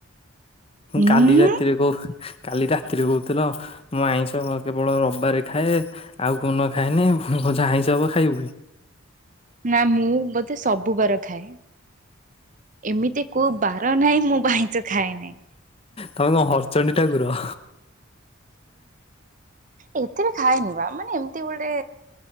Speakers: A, on the right (about 35°); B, on the left (about 25°).
A: ଉଁ
B: କାଲି ରାତିରେ କହୁ କାଲି ରାତିରେ କହୁଥିଲ, ମୁ ଆଇଁଷ କେବଳ ରବିବାରେ ଖାଏ। ଆଉ କୋଉଦିନ ଖାଏନି। ପୁଣି କହୁଛ ଆଇଁଷ ହବ ଖାଇବି।
A: ନା, ମୁଁ ବୋଧେ ସବୁ ବାର ଖାଏ। ଏମିତି କୋଉ ବାର ନାହିଁ, ମୁଁ ବା ଆଇଁଷ ଖାଏନି।
B: ତମେ କଣ ହରଚଣ୍ଡୀ ଠାକୁର?
A: ଏତେ ବି ଖାଏନି ବା ମାନେ ଏମିତି ଗୋଟେ